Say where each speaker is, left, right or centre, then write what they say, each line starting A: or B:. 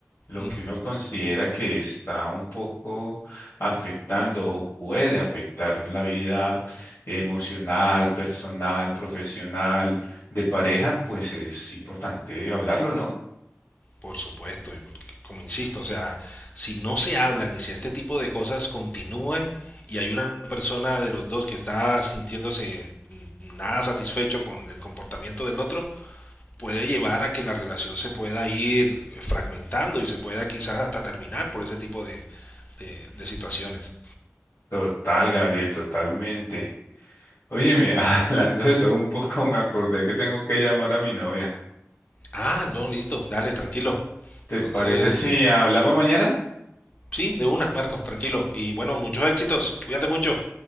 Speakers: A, on the left; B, on the left.
A: lo
B: Mm,
A: que uno considera que está un poco afectando o puede afectar la vida emocional, personal, profesional, de pareja, pues es importante hablarlo, ¿no?
B: Por supuesto, y porque, como insisto, o sea, si no se hablan y si este tipo de cosas continúan y hay una persona de los dos que está sintiéndose mm, nada satisfecho con el comportamiento del otro, puede llevar a que la relación se pueda ir fragmentando y se pueda quizás hasta terminar por ese tipo de, de, de situaciones.
A: Total, Gabriel, totalmente. Óyeme, <laughs> hablando de todo un poco, me acordé que tengo que llamar a mi novia.
B: Ah, no, listo, dale, tranquilo.
A: ¿Te
B: Entonces,
A: parece si hablamos mañana?
B: sí, de una, Marcos, tranquilo. Y bueno, muchos éxitos, cuídate mucho.